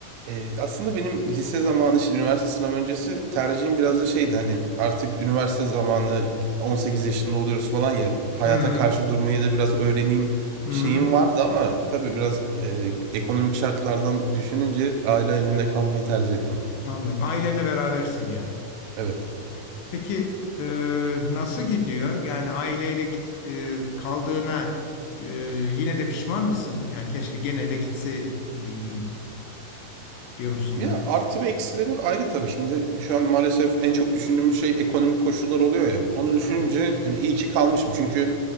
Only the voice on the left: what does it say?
Hı hı.
hı.
Anladım. Ailenle berabersin yani.
Peki e, nasıl gidiyor? Yani aileyle git e, kaldığına e, yine de pişman mısın? Yani keşke gene de gitse miydim. Diyor musun
yani?
Ha,